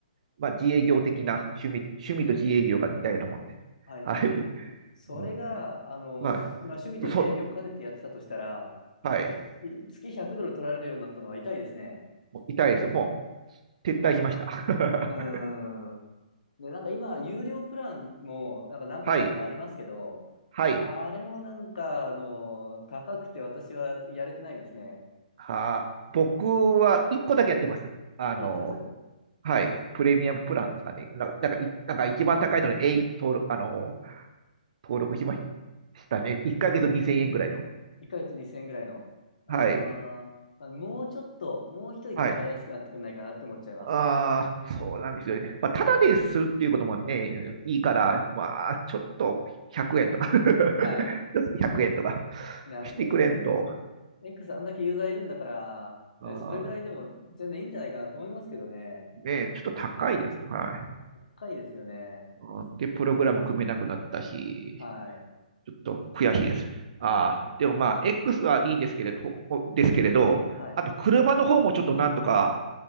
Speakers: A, on the right (about 55°); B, on the left (about 70°).
A: まあ、自営業的な趣味、趣味と自営業が似たようなもんで。
B: はいはい。
A: はい。
B: それが、
A: う
B: あの、
A: んはい。
B: まあ、趣味と自営業を兼ねてやってたとしたら、
A: そ、はい。
B: い月100ドル取られるようになったのは痛いですね。
A: もう痛いです。もう撤退しました。<laughs>
B: うーん。で、なんか今、有料プランも、なんか何パターンかありますけど、
A: はい。はい。
B: あれもなんか、あの、高くて私はやれてないですね。
A: は、僕は1個だけやってます。あの、
B: やってます
A: はい。プレミアムプランですかね。なんか、なんか、いなんか一番高いのに、えいって登録、あの、登録しましたね。1ヶ月2000円ぐらいの。
B: 1ヶ月2000円ぐらいの。あー、
A: はい。
B: まあ、もうちょっと、もう一息なんか安くなってくんないかなって思っちゃいます。
A: はい。ああ、そうなんですよね。まあ、ただでするっていうこともね、いいから、まあ、ちょっと1円とか
B: はい。
A: <laughs> 一月100円とか
B: な、
A: してくれんと、
B: X、X あんだけユーザーいるんだから、
A: あ
B: えそれぐらいでも全然いいんじゃないかなと思いますけどね。
A: ーね、ちょっと高いです。はい。
B: 高いですよね。
A: うんで、プログラム組めなくなったし、
B: はい。
A: ちょっと悔しいです。ああ、でもまあ、
B: 悔し
A: X はいいんですけれど、ほですけれど、
B: はい。
A: あと車の方もちょっとなんとか、
B: あ、